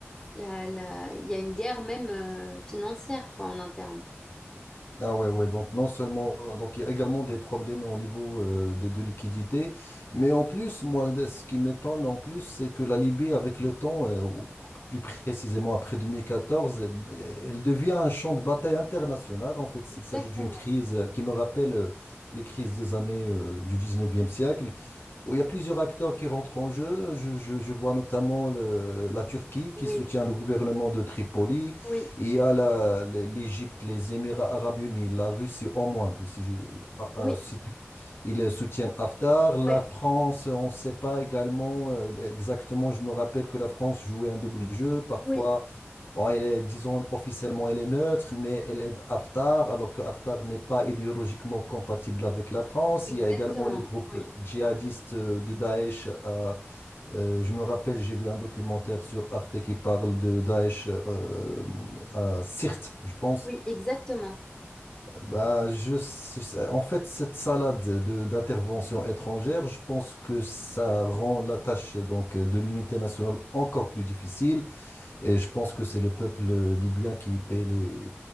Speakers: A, on the left; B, on the left.
A: la, la- il y a une guerre même euh, financière quoi, en interne.
B: Ah ouais, ouais, donc non seulement, donc il y a également des problèmes au niveau euh, de, de liquidité, mais en plus, moi, de- ce qui m'étonne en plus, c'est que la Libye, avec le temps, euh, ou plus précisément après 2014, euh, elle devient un champ de bataille international. En fait, il
A: Exactement.
B: s'agit d'une crise euh, qui me rappelle euh, les crises des années euh, du 19e siècle où il y a plusieurs acteurs qui rentrent en jeu. Je, je- je vois notamment le- la Turquie qui
A: Oui,
B: soutient le gouvernement de Tripoli.
A: oui,
B: Il y a la- l'Égypte, l'Égypte, les Émirats arabes unis, la Russie au moins. Si je- ah, ah,
A: oui,
B: si tu- ils soutiennent Haftar. La
A: oui,
B: France, on ne sait pas également euh, exactement. Je me rappelle que la France jouait un double jeu. Parfois,
A: oui.
B: Bon, elle est, disons, officiellement, elle est neutre, mais elle aide Haftar, alors que Haftar n'est pas idéologiquement compatible avec la France.
A: Exactement,
B: Il y a également les groupes
A: oui.
B: djihadistes euh, de Daesh. euh, euh, je me rappelle, j'ai vu un documentaire sur Arte qui parle de Daesh euh, à Sirte, je pense.
A: Oui, exactement.
B: Bah, je, sais- en fait, cette salade de, d'interventions étrangères, je pense que ça rend la tâche donc, de l'unité nationale encore plus difficile. Et je pense que c'est le peuple libyen qui paye les,